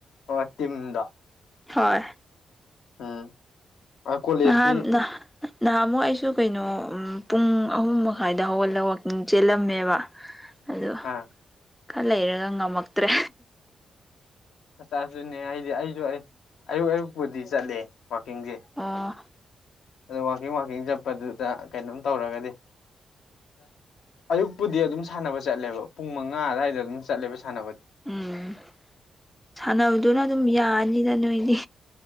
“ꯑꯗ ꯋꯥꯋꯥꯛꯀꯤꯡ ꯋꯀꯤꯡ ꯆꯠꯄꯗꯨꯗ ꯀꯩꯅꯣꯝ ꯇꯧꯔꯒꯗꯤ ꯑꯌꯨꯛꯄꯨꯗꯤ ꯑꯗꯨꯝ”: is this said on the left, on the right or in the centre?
Left